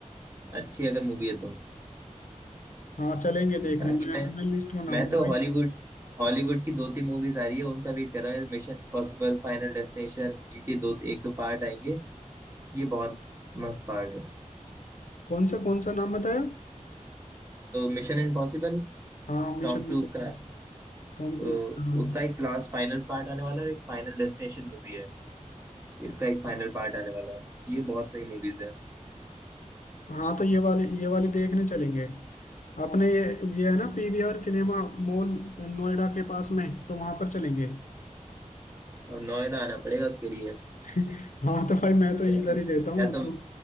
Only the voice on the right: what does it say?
अच्छी अगर मूवी है तो
ताकि
मैं
मैं तो
हॉलीवुड हॉलीवुड की दो तीन मूवीज आ रही है उनका वेट कर रहा हूँ मिशन इम्पॉसिबल फाइनल डेस्टिनेशन इनके दो एक दो पार्ट आएंगे ये बहुत मस्त पार्ट है
मिशन इम्पॉसिबल
टॉम क्रूज
का
अ,
उसका एक लास्ट फाइनल पार्ट आने वाला है और एक फाइनल डेस्टिनेशन मूवी है इसका एक फाइनल पार्ट आने वाला है ये बहुत सही मूवीज है
और नोएडा आना पड़ेगा उसके लिए
या
तो
या तो